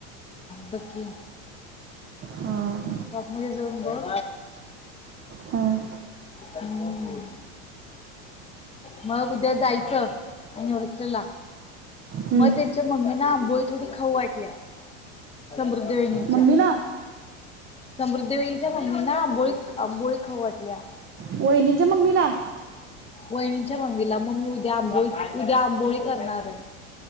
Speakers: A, on the left; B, on the right.
A: ब की
B: हं
A: शॉप मध्ये जाऊन बघ
B: हं
A: हम मग उद्या जायचं? आणि वरचलेला
B: हं.
A: मग त्यांच्या मम्मीन ना बोई थोडी खाऊ वाटल्या, समृद्ध <unintelligible>
B: मम्मीला
A: समृद्धघ वहिणीच्या मम्मीना आंबोळी, आंबोळी खाऊ वाटल्या.
B: वहिनीच्या मम्मीला?
A: वहिणींच्या मम्मीला, मम्मी उद्या आंबोळी, उद्या आंबोळी करणार आहे.